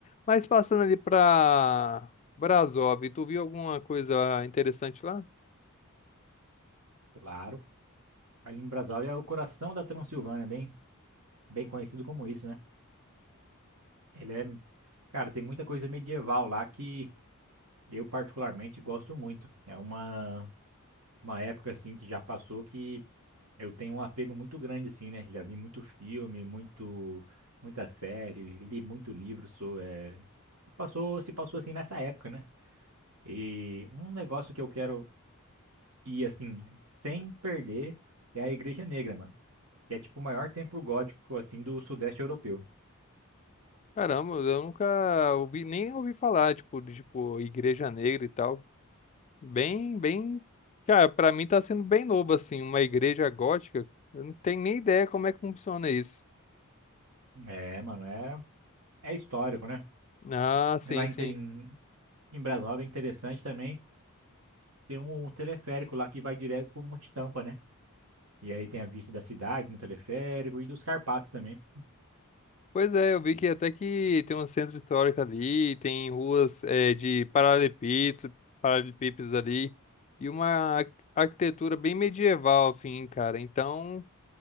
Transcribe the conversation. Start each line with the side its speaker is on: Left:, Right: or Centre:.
Left: Mas passando ali pra Brasov, tu viu alguma coisa interessante lá?
Right: Claro. Ali em Brasília é o coração da Transilvânia, bem, bem conhecido como isso, né? Ele é, cara, tem muita coisa medieval lá que Eu particularmente gosto muito. É uma, uma época assim que já passou que eu tenho um apego muito grande assim, né? Já vi muito filme, muito muita série, li muito livro, sou é, passou, se passou assim nessa época, né? E um negócio que eu quero ir assim sem perder é a Igreja Negra, mano, que é tipo o maior templo gótico assim do Sudeste Europeu.
Left: Caramba, eu nunca ouvi, nem ouvi falar, tipo, de, tipo, Igreja Negra e tal. Bem, bem, cara, pra mim tá sendo bem novo, assim, uma igreja gótica. Eu não tenho nem ideia como é que funciona isso.
Right: É, mano, é é histórico, né?
Left: Ah, sim,
Right: Lá em,
Left: sim.
Right: em em Brasília é interessante também tem um teleférico lá que vai direto pro Monte Tampa, né? E aí tem a vista da cidade no teleférico e dos Carpatos também,
Left: Pois é, eu vi que até que tem um centro histórico ali, tem ruas eh, de paralelepípedos, paralelepípedos ali, e uma ar- arquitetura bem medieval, assim, cara. Então,